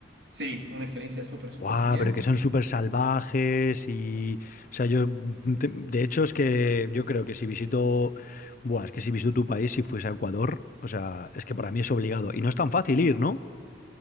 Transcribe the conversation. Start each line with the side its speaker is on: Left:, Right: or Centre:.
Right: sí, una experiencia súper, súper
Left: guau
Right: genial.
Left: pero que son súper salvajes y... O sea, yo... mm, te- De hecho, es que yo creo que si visito... Buah, es que si visito tu país, si fuese a Ecuador, o sea, es que para mí es obligado. Y no es tan fácil ir, ¿no?